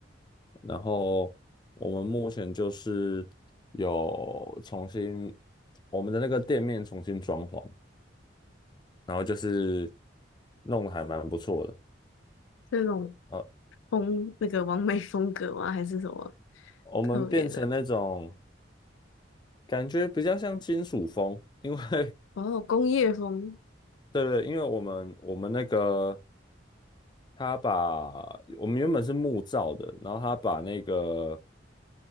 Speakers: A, on the left; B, on the left.
A: 然后我们目前就是有重新我们的那个店面重新装潢，然后就是弄得还蛮不错的，
B: 这种
A: 呃，
B: 风，那个完美风格吗？还是什么
A: 我们变成那种
B: 特别的？
A: 感觉比较像金属风，因为
B: 哦，工业风，
A: <laughs> 对对，因为我们我们那个他把我们原本是木造的，然后他把那个